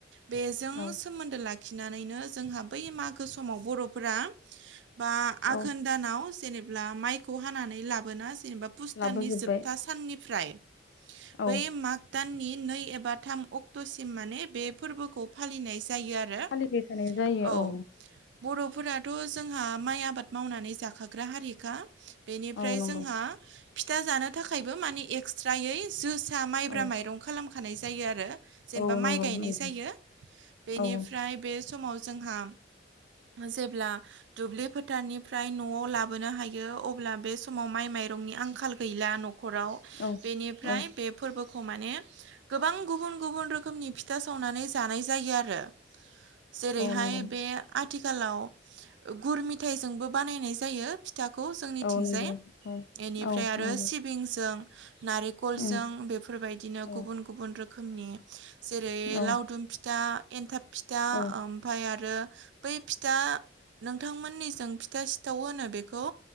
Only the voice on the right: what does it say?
बेजों
सोमोन्दो लाखिनानैनो जोंहा बै मागो समाव बर'फोरा बा आघोन
दानाव जेनेबा माइखौ हानानै लाबोना जेनेबा पुस
दाननि जोबथा साननिफ्राय
बै माग दाननि नै एबा थाम अक्ट'सिम माने बे फोरबोखौ फालिनाय जायो आरो औ
बर'फोराथ' जों जोंहा माइ आबाद मावनानै जाखाग्रा हारिखा बेनिफ्राय
जोंहा फिथा जानो थाखायबो मानि एक्सट्रायै जोसा माइब्रा
माइरं खालामखानाय जायो आरो जेनेबा
माइ गायनाय
जायो बेनिफ्राय
बे समाव जोंहा जेब्ला दुब्लि फोथारनिफ्राय न'आव लाबोनो हायो यो अब्ला बे समाव माइ माइरंनि आंखाल गैला न'खराव
बेनिफ्राय
बे फोरबोखौ खौ माने गोबां गुबुन गुबुन रोखोमनि फिथा सावनानै जानाय जायो आरो जेरैहाय
बे आथिखालाव गुर मिथाइजोंबो बानायनाय जायो फि फिथाखौ जोंनिथिंजाय
इनिफ्राय
आरो
सिबिंजों नारेकलजों
बेफोरबायदिनो
गुबुन गुबुन रोखोमनि जेरै
लावदुम फिथा एन्थाब फिथा
ओमफाय आरो बै फि था नोंथांमोननिजों फिथा सिथाव होनो बेखौ